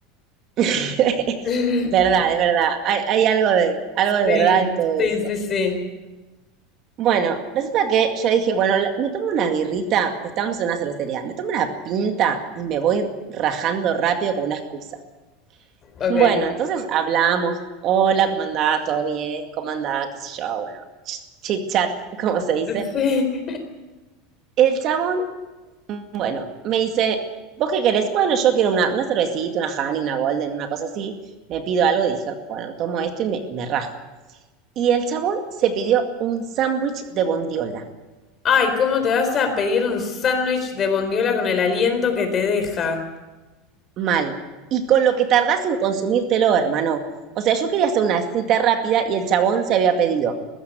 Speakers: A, on the right (about 45°); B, on the left (about 30°).
A: <laughs>
B: <laughs>
A: verdad, es verdad. Hay, hay algo de, algo
B: Sí,
A: de verdad en todo
B: sí,
A: eso.
B: sí, sí.
A: Bueno, resulta que yo dije, bueno, la- me tomo una birrita, estábamos en una cervecería, me tomo una pinta y me voy rajando rápido con una excusa. <laughs>
B: Ok.
A: Bueno, entonces hablamos, hola, ¿cómo andás? ¿Todo bien? ¿Cómo andás? ¿Qué sé yo? Bueno, ch- chit chat, <laughs> como se dice.
B: <laughs> Sí.
A: El chabón, bueno, me dice, ¿vos qué querés? Bueno, yo quiero una, una cervecita, una Honey, una Golden, una cosa así. Me pido algo, dije, bueno, tomo esto y me, y me rajo. Y el chabón se pidió un sándwich de bondiola.
B: Ay, ¿cómo te vas a pedir un sándwich de bondiola con el aliento que te deja?
A: Mal. Y con lo que tardás en consumírtelo, hermano. O sea, yo quería hacer una cita rápida y el chabón se había pedido